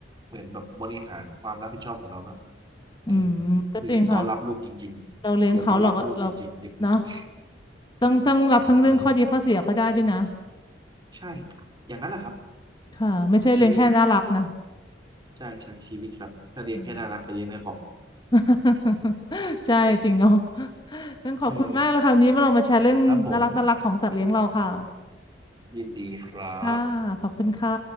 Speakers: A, on the right; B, on the left.
A: เหมือนแบบบริหารความรับผิดชอบของเราเนาะเออ
B: อืมก็จริงค่ะ
A: เผื่อต้อนรับลูกจริงๆเผื่อต้อนรับลูกจริงๆเด็กจริง
B: เราเลี้ยงเขาเราก็เราเนาะต้องต้องรับทั้งเรื่องข้อดีข้อเสียเขาได้ด้วยนะ
A: ๆอะไรอย่างงี้ใช่อย่างนั้นแหละครับ
B: ค่ะไม่ใช่เลี้ยงแค่น่ารักนะ
A: ชีวิตใช่ใช่ชีวิตครับถ้าเลี้ยงแค่น่ารักไปเลี้ยงในคอม
B: <laughs> อืม <laughs> ใช่จริงเนาะต้องขอบคุณมากเลยค่ะวันนี้เรามาแชร์เรื่องน่ารักน่ารักของสัตว์เลี้ยงเราค่ะ
A: เออครับผมยินดีครับ
B: ค่ะขอบคุณค่ะ